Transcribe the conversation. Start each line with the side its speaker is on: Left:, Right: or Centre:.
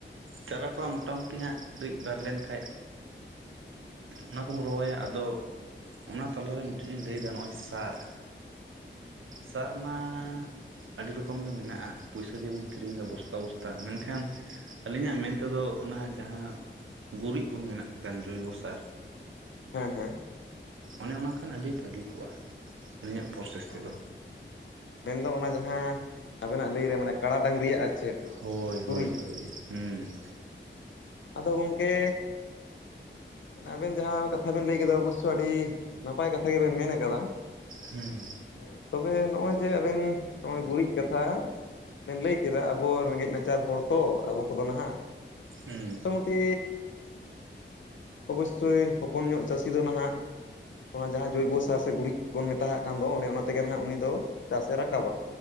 Right: ᱪᱟᱨᱟ ᱠᱚ ᱦᱟᱸᱜ ᱢᱚᱴᱟᱢᱩᱴᱤ ᱦᱟᱸᱜ ᱨᱤᱡ ᱵᱟᱨ ᱞᱮᱱᱠᱷᱟᱡ, ᱚᱱᱟᱠᱚᱢ ᱨᱚᱦᱚᱭᱟ ᱟᱫᱚ ᱚᱱᱟ ᱛᱟᱞᱟ ᱨᱮ ᱢᱤᱫᱴᱮᱡ ᱤᱧ ᱞᱟᱹᱭᱫᱟ ᱱᱚᱜᱼᱚᱭ ᱥᱟᱨ ᱥᱟᱨ ᱢᱟ ᱟᱹᱰᱤ ᱨᱚᱠᱚᱢ ᱜᱮ ᱢᱮᱱᱟᱜᱼᱟ ᱯᱚᱭᱥᱟ ᱫᱤᱭᱮ ᱵᱚᱱ ᱠᱤᱨᱤᱧᱫᱟ ᱵᱚᱥᱛᱟ ᱵᱚᱥ ᱛᱟ ᱢᱮᱱᱠᱷᱟᱱ ᱟᱹᱞᱤᱧᱟᱜ ᱢᱮᱱ ᱛᱮᱫᱚ ᱚᱱᱟ ᱡᱟᱦᱟᱸ ᱜᱩᱨᱤᱡ ᱵᱚᱱ ᱢᱮᱱᱟᱜ ᱠᱟᱱ ᱡᱳᱭᱵᱚ ᱥᱟᱨ,
Left: ᱦᱮᱸ ᱦᱮᱸ᱾
Right: ᱚᱱᱮ ᱚᱱᱟ ᱠᱷᱟᱱ ᱟᱹᱰᱤ ᱵᱷᱟᱹᱜᱤ ᱠᱚᱜᱼᱟ ᱟᱹᱞᱤᱧᱟᱜ ᱯᱨᱚᱥᱮᱥ ᱛᱮᱫᱚ᱾
Left: ᱚ ᱢᱮᱱᱫᱚ ᱚᱱᱟ ᱡᱟᱦᱟᱸ ᱟᱵᱮᱱᱟᱜ ᱞᱟᱹᱭᱨᱮ ᱢᱟᱱᱮ ᱠᱟᱲᱟ ᱰᱟᱝᱨᱤᱭᱟᱜ ᱟᱨ ᱪᱮᱫ᱾
Right: ᱦᱳᱭ ᱦᱳᱭ
Left: ᱜᱩᱨᱤᱡ
Right: ᱦᱳᱭ, ᱦᱩᱸ᱾
Left: ᱟᱫᱚ ᱜᱚᱝᱠᱮ ᱢᱟᱱᱮ ᱟᱵᱮᱱ ᱡᱟᱦᱟᱸ ᱠᱟᱛᱷᱟ ᱵᱮᱱ ᱞᱟᱹᱭ ᱠᱮᱫᱟ ᱚᱵᱚᱥᱥᱚ ᱟᱹᱰᱤ ᱱᱟᱯᱟᱭ ᱠᱟᱛᱷᱟ ᱜᱮᱵᱮᱱ ᱢᱮᱱ ᱟᱠᱟᱫᱟ᱾
Right: ᱦᱩᱸ᱾
Left: ᱦᱮᱸ ᱛᱚᱵᱮ ᱱᱚᱜᱼᱚᱭ ᱡᱮ ᱟᱵᱮᱱ ᱱᱚᱜᱼᱚᱭ ᱜᱩᱨᱤᱡ ᱠᱟᱛᱷᱟ ᱵᱮᱱ ᱞᱟᱹᱭ ᱠᱮᱫᱟ ᱟᱵᱚ ᱨᱮᱸᱜᱮᱡ ᱱᱟᱪᱟᱨ ᱦᱚᱲ ᱛᱚ ᱟᱵᱚ ᱠᱚᱫᱚ ᱱᱟᱦᱟᱜ,
Right: ᱦᱩᱸ
Left: ᱢᱚᱴᱟᱢᱩᱴᱤ ᱚᱵᱚᱥᱥᱳᱭ ᱦᱚᱯᱚᱱ ᱧᱚᱜ ᱪᱟᱹᱥᱤ ᱫᱚ ᱱᱟᱦᱟᱜ ᱚᱱᱟ ᱡᱟᱦᱟᱸ ᱡᱳᱚᱭᱵᱚ ᱥᱟᱨ ᱥᱮ ᱜᱩᱨᱤᱡ ᱵᱚᱱ ᱢᱮᱛᱦᱟᱜ ᱠᱟᱱ ᱫᱚ ᱚᱱᱮ ᱚᱱᱟ ᱛᱮᱜᱮ ᱱᱟᱜ ᱩᱱᱤ ᱫᱚ ᱪᱟᱥᱮ ᱨᱟᱠᱟᱵᱟ᱾